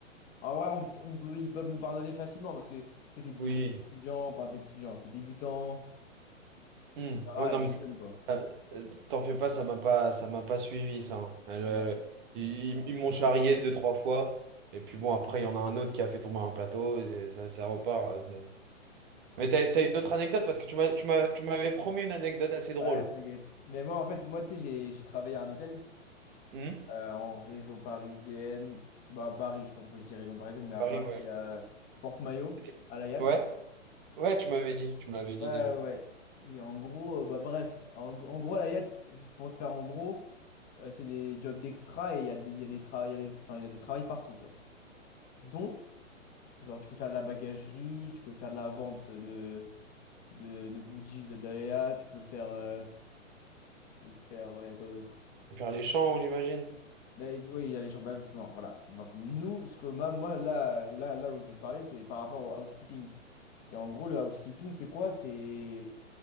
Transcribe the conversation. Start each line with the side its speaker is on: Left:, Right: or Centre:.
Left: En vrai, on, on peut- ils peuvent nous pardonner facilement parce que tu sais, t'es t'es
Right: Oui.
Left: étudiant, enfin t'es étudiant, t'es débutant,
Right: Hmm.
Left: etc.
Right: Ouais, non,
Left: Et
Right: mais
Left: t'es
Right: ça-
Left: jeune, quoi.
Right: ça- euh, t'en fais pas, ça m'a pas, ça m'a pas suivi, ça. hein. Elle,
Left: Ouais,
Right: euh, ils
Left: ouais, ouais.
Right: ils m'ont charrié deux, trois fois. Et puis bon, après, il y en a un autre qui a fait tomber un plateau. et c'est- ça, ça repart. euh, c'est-
Left: Ok.
Right: Mais t'as, t'as une autre anecdote parce que tu m'as, tu m'as, tu m'avais promis une anecdote assez drôle.
Left: Ouais, t'inquiète. Mais moi, en fait, moi, tu sais, j'ai j'ai travaillé à un hôtel
Right: Hmm
Left: euh, en région parisienne. Bah, à Paris, je sais pas pourquoi je dis région parisienne, mais à
Right: Paris,
Left: Paris,
Right: ouais.
Left: à Porte-Maillot,
Right: C'était-
Left: à la Yacht.
Right: Ouais, ouais, tu m'avais dit. Tu me l'avais dit
Left: Ouais,
Right: déjà.
Left: ouais. Et en gros, euh, bah bref, en, en gros, à la Yacht, je pour te faire en gros, euh, c'est des jobs d'extra et il y a des, il y a des, tra- il y a des, enfin, il y a des travails partout, tu vois. Dont Genre, tu peux faire de la bagagerie, tu peux faire de la vente de, de, de goodies de Daya, tu peux faire. euh, tu peux faire. euh, Il y a quoi d'autre?
Right: Faire les champs, j'imagine.
Left: Ben, oui, il y a les chambres, bah, justement, voilà. Donc, nous, ce que ma- moi, là, là, là où je veux te parler, c'est par rapport au housekeeping. Et en gros, le housekeeping, c'est quoi? C'est.